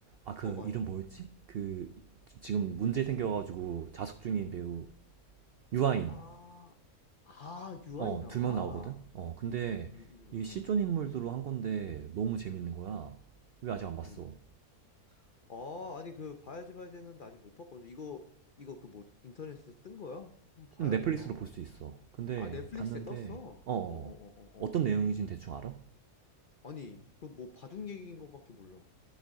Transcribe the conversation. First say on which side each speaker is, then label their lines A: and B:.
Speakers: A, on the right; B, on the left.
A: 아, 그
B: 어, 맞아.
A: 이름 뭐였지? 그 지금 문제 생겨가지고 자숙 중인 배우 유아인.
B: 아, 아, 유아이
A: 어,
B: 나와?
A: 두 명 나오거든? 어, 근데
B: 음, 음,
A: 이 실존 인물들로 한 건데 너무 재밌는 거야. 왜 아직 안 봤어?
B: 음, 음. 아, 아니 그 봐야지 봐야지 했는데 아직 못 봤거든. 이거, 이거 그 뭐 인터넷에서 뜬 거야? 한번 봐야겠다.
A: 음, 넷플릭스로 볼 수 있어. 근데
B: 아, 넷플릭스에
A: 봤는데
B: 떴어. 어,
A: 어, 어.
B: 어, 어,
A: 어.
B: 어,
A: 어떤
B: 어.
A: 내용이진 대충 알아?
B: 아니, 그 뭐 바둑 얘기인 거밖에 몰라.